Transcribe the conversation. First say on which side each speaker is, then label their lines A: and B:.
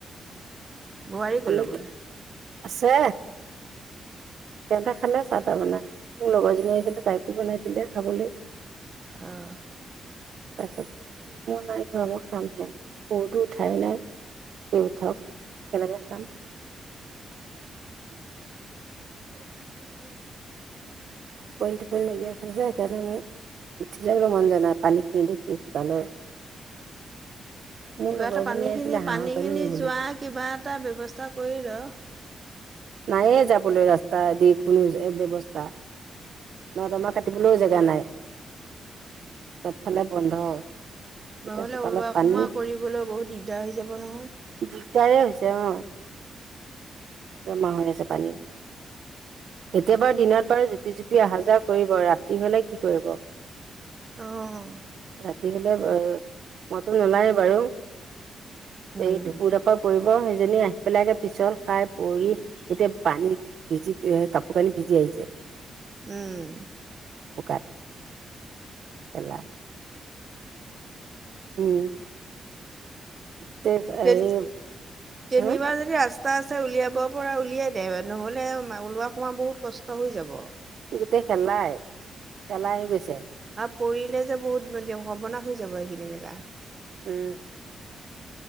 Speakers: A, on the right (about 25°); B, on the right (about 60°).
A: বোৱাৰী ক'লগ'ল
B: আনি আছে সিহঁতে খালে চাহ তাহ বনাই মোৰ লগৰজনী আহিছিলে তাইকো বনাই দিলে খাবলৈ
A: আহ
B: তাৰপিছত মোৰ নাই ঘৰা মৰ খামহে সৰুতো উঠাই নাই স উঠও কেনেকে খাম পই পই লাগি আছে য সেইকাৰণে মোৰ উঠি যাবলৈ মন জ নাই পানী খিনি দেখি চোতালৰ মোৰ
A: কিবা
B: লগৰজনী
A: এটা পানী
B: আহিছিলে
A: খিনি
B: হাঁহৰ
A: পানী খিনি
B: নিবলৈ
A: যোৱা কিবা এটা ব্য্ৱস্থা কৰি ৰ
B: নাইয়ে যাবলৈ ৰাস্তা দি কোনো ব্যৱস্থা নহ তমাৰ কাটিবলৈও জেগা নাই চবফালে বন্ধ এতিয়া
A: নহলে
B: চোতালত
A: ওলোৱা
B: পানী
A: সোমোৱা কৰিবলৈ বহুত দিগদাৰ হৈ যাব নহয়
B: দিগদাৰে হৈছে অ জমা হৈ আছে পানীৰ এতিয় বাৰ দিনত বাৰু জুপি জুপি অহা যোৱা কৰিব ৰাতি হলে কি কৰিব
A: অঁ
B: ৰাতি হলে মইতো নোলায় বাৰু
A: উম
B: এই ধুপুৰতাৰ পৰা পৰিব সেইজনী আহি পেলাই আগে পিছল খাই পৰি গোটেই পানী ভিজি কাপোৰ কানি ভিজি আহিছে
A: উম
B: বোকাত খেলা উম তে
A: কে
B: এই হা
A: নিবাজ আ ৰাস্তা আছে উলিয়াব পৰা উলিয়াই দে নহ'লে ওলোৱা সময় বহুত কষ্ট হৈ যাব
B: গোটেই খেলাই খেলাই আহি গৈছে
A: পৰিলে যে বহুত মান সৰ্বনা হৈ যাব এইখিনি জেগা
B: উম